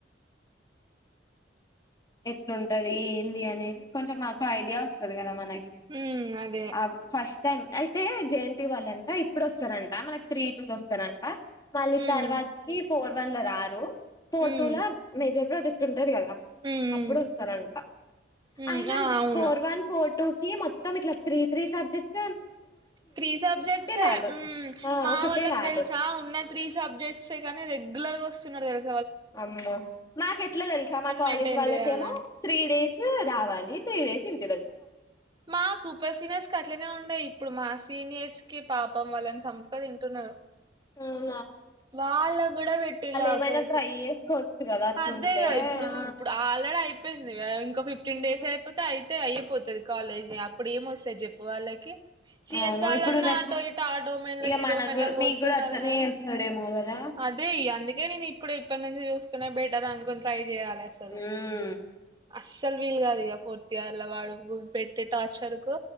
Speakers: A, on the left; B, on the right.
A: ఎట్లుంటది ఏంది అనేది కొంచెం మాకు ఐడియా వస్తుంది కదా మ మనకి
B: ఉమ్ అదే
A: ఆ ఫస్ట్ అయితే జే ఎన్ టి వాళ్ళంట ఇప్పుడు వస్తారంట మనకి త్రీ టూలు వస్తారంట మళ్ళీ
B: ఉమ్
A: తర్వాత కి ఫోర్ వన్ లో రారు ఫోర్
B: ఉమ్
A: టూ లో మేజర్ ప్రాజెక్ట్ ఉంటది గదా
B: ఉమ్
A: అప్పుడు
B: ఉమ్
A: వస్తారంట
B: ఉమ్,
A: అయినా
B: ఆ అవును
A: ఫోర్ వన్ ఫోర్ టూ ఈ మొత్తం ఇట్లా త్రీ త్రీ సబ్జెక్ట్
B: త్రీ సబ్జెక్ట్సే
A: ల్యాబ్
B: ఊ
A: ఆ
B: మా
A: ఒకటే
B: వాళ్ళకి
A: ల్యాబ్
B: తెలుసా ఉన్న త్రీ సబ్జెక్ట్సే కానీ రెగ్యులర్ గా వస్త వస్తున్నారు తేలు
A: ఆమో మాకు ఎట్లా తెలుసా మా కాలేజ్
B: మెయింటైన్
A: వాళ్ళకేమో
B: చేయాలని.
A: త్రీ డేస్ రావాలి త్రీ డేస్ ఇన్
B: మా సూపర్ సీనియర్స్ కకి అట్లనే ఉండేయి ఇప్పుడు మా సీనియర్స్ కి పాపం వాళ్ళని సంపుక తింటున్నారు
A: అ
B: వాళ్ళ కూడా పెట్టిలు ఆఖరికి
A: ఏమైనా ట్రై చేసుకోవచ్చు కదా అట్లుంటే
B: అదే కదా ఇప్పుడు
A: ఆ
B: ఇప్పుడు ఆల్రెడీ అయిపోయింది గా ఇంకో ఫిఫిటిన్
A: ఉ
B: డేస్ అయిపోతే అయితే అయిపోతు తాది కాలేజ్ అప్పుడు ఏమ వస్తది చెప్పు వాళ్ళకి సిఎస్
A: అవును
B: వాళ్ళన్నా
A: ఇప్పుడు రేపు
B: ఆటో ఇట ఆటో మలకి
A: ఇక
B: ఇడో
A: మనకు
B: మలకి
A: కూడా మీకు
B: పోతున్నారు
A: కూడా అట్లనే
B: గాని
A: చేస్తాడేమో కదా
B: అదే అందుకే నేను ఇప్పుడు ఇప్పటి నుంచి చూసుకునే బెటర్ అనుకుని ట్రై చేయాలి అసలు
A: ఉమ్
B: అస్సలు వీల్ కాదు ఇ ఫోర్త్ ఇయర్ వాడు గు పెట్టే టార్చర్ కు